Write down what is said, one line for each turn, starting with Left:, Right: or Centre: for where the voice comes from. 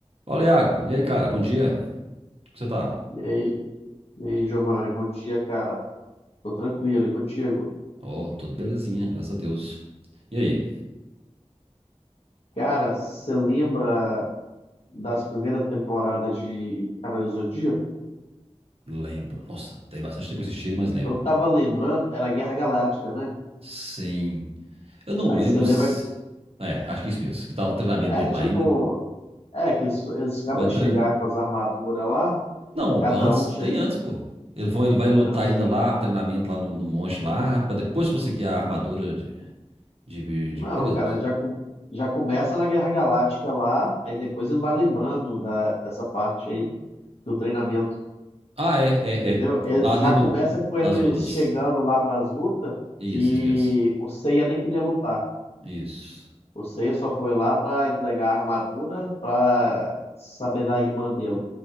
Right: Fala, Iago. E aí, cara? Bom dia. Como você tá?
Left: E aí, e aí, Giovanni, bom dia, cara. Tô tranquilo, e contigo?
Right: Ó, tudo belezinha, graças a Deus. E aí?
Left: Cara, você lembra das primeiras temporadas de Cavaleiros do Zodíaco?
Right: Lembro. Nossa, tem bastante tempo que eu assisti, mas lembro.
Left: Eu tava lembrando, era Guerra Galáctica, né?
Right: Sim. Eu não
Left: Aí
Right: lembro
Left: você lembra,
Right: se... É, acho que é isso mesmo. Que tava o treinamento
Left: é
Right: dele
Left: tipo,
Right: lá ainda.
Left: é que eles, eles acabam
Right: Vai
Left: de
Right: treinar...
Left: chegar com as armaduras lá,
Right: Não,
Left: cada
Right: antes.
Left: um chega
Right: Tem antes, pô. Ele vai, ele vai lutar
Left: antes.
Right: ainda lá, treinamento lá no, no monte lá, pra depois conseguir a armadura de, de, de
Left: Não,
Right: Pegasus.
Left: cara, já, com- já começa na Guerra Galáctica lá, aí depois ele vai lembrando da, dessa parte aí do treinamento.
Right: Ah, é, é,
Left: Entendeu?
Right: é.
Left: É,
Right: Lá
Left: Já
Right: dentro
Left: começa
Right: do-
Left: com eles
Right: das lutas.
Left: chegando lá para as lutas,
Right: Isso,
Left: que
Right: isso mesmo.
Left: o Seiya nem queria lutar.
Right: Isso.
Left: O Seiya só foi lá para entregar a armadura para saber da irmã dele.